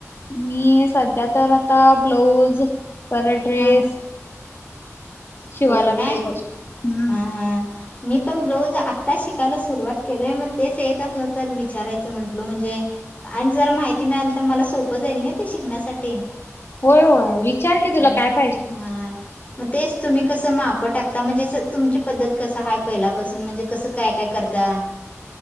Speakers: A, on the left; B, on the left.
A: मी सध्या तर आता ब्लाऊज परत ड्रेस
B: हा <inaudible>
A: शिवाय
B: होय
A: लागले
B: काय
A: हम्म
B: हा हा मी पण ब्लाऊज आत्ता शिकायला सुरुवात केलय मग तेच येत असलं तर विचारायचं म्हटल म्हणजे आणि जर माहिती मिळाल तर मला सोपं जाईल ना ते शिकण्यासाठी
A: होय होय विचार क तुला
B: हा
A: काय पाहिजे
B: हा मग तेच तुम्ही कसं मापं टाकता म्हणजे असं तुमची पद्धत कस आहेय पहिल्यापासून म्हणजे कसं काय काय करता